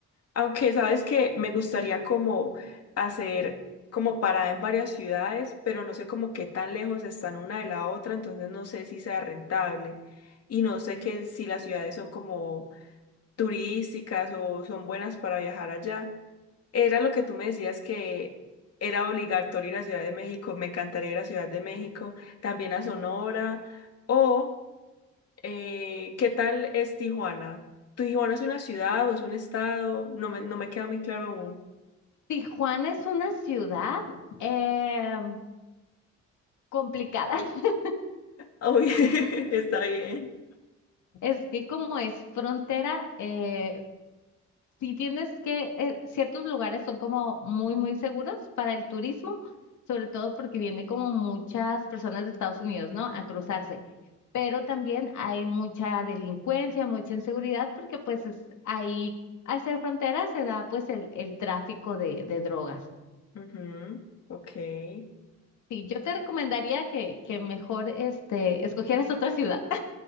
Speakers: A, on the left (about 55°); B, on the left (about 75°).
A: Aunque sabes que me gustaría como hacer como parada en varias ciudades, pero no sé como qué tan lejos están una de la otra, entonces no sé si sea rentable. Y no sé que si las ciudades son como turísticas o son buenas para viajar allá. Era lo que tú me decías que era obligatorio ir a Ciudad de México, me encantaría ir a Ciudad de México, también a Sonora, o eh, ¿qué tal es Tijuana? Tijuana es una ciudad o es un estado? No me, no me queda muy claro aún.
B: Tijuana es una ciudad eh, complicada. <laughs>
A: Uy, <laughs> está bien.
B: Es que como es frontera, eh, si tienes que, eh, ciertos lugares son como muy, muy seguros para el turismo, sobre todo porque viene como muchas personas de Estados Unidos, ¿no? A cruzarse. Pero también hay mucha delincuencia, mucha inseguridad, porque pues es, ahí, al ser frontera, se da pues el, el tráfico de, de drogas.
A: Ujú, Ok, <laughs>
B: Sí, yo te recomendaría que, que mejor este, escogieras otra ciudad.